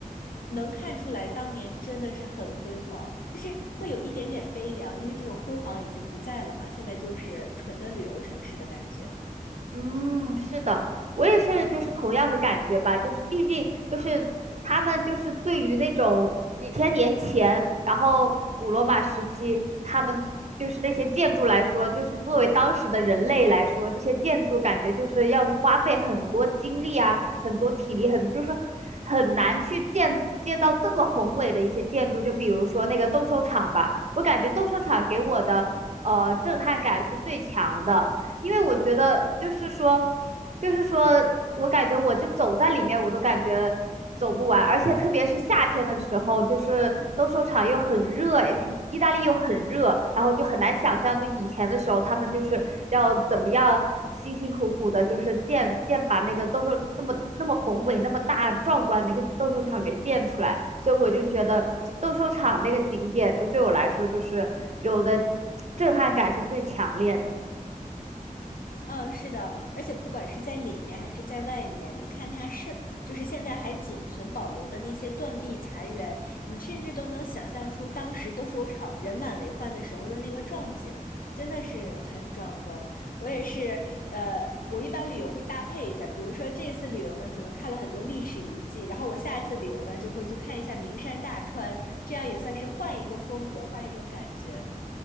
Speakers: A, on the left (about 85°); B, on the right (about 50°).
A: 能看出来当年真的是很辉煌，就是会有一点点悲凉，因为这种辉煌已经不在了嘛，现在就是纯的旅游城市的感觉。
B: 嗯，是的，我也是，就是同样的感觉吧，就是毕竟就是他们就是对于那种几千年前，然后古罗马时期，他们就是那些建筑来说，就是作为当时的人类来说，这些建筑感觉就是要花费很多精力啊，很多体力，很就是很难去建建造这么宏伟的一些建筑，就比如说那个斗兽场吧，我感觉斗兽场给我的呃震撼感是最强的。因为我觉得就是说，就是说我感觉我就走在里面，我都感觉走不完，而且特别是夏天的时候，就是斗兽场又很热，意意大利又很热，然后就很难想象，就以前的时候他们就是要怎么样辛辛苦苦的，就是建建把那个斗兽那么那么宏伟、那么大壮观的一个斗兽场给建出来，所以我就觉得斗兽场那个景点就对我来说就是给我的震撼感是最强烈的。
A: 嗯，是的，而且不管是在里面还是在外面，你看它剩，就是现在还仅存保留的那些断壁残垣，你甚至都能想象出当时斗兽场人满为患的时候的那个壮景，真的是很壮观。我也是，呃，我一般旅游会搭配一下，比如说这次旅游呢，可能看了很多历史遗迹，然后我下一次旅游呢，就会去看一下名山大川，这样也算是换一个风格，换一种感觉。